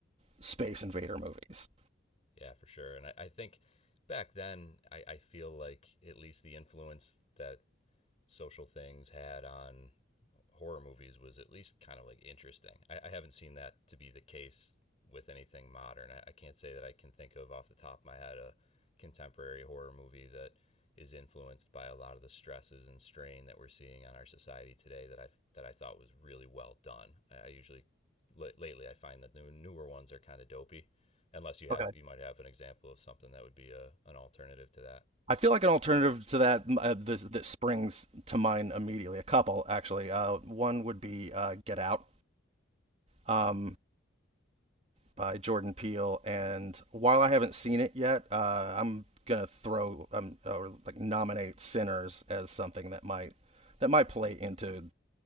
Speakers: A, on the right; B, on the left.
A: space invader movies.
B: Yeah, for sure. And I, I think back then, I, I feel like at least the influence that social things had on horror movies was at least kind of like interesting. I, I haven't seen that to be the case with anything modern. I, I can't say that I can think of off the top of my head a contemporary horror movie that is influenced by a lot of the stresses and strain that we're seeing on our society today that I that I thought was really well done. I, I usually l- lately I find that the newer ones are kind of dopey unless you
A: Okay.
B: have you might have an example of something that would be a an alternative to that.
A: I feel like an alternative to that uh, this, that springs to mind immediately. A couple, actually. Uh, one would be uh, Get Out. Um, by Jordan Peele, and while I haven't seen it yet, uh, I'm gonna throw um, or like nominate Sinners as something that might that might play into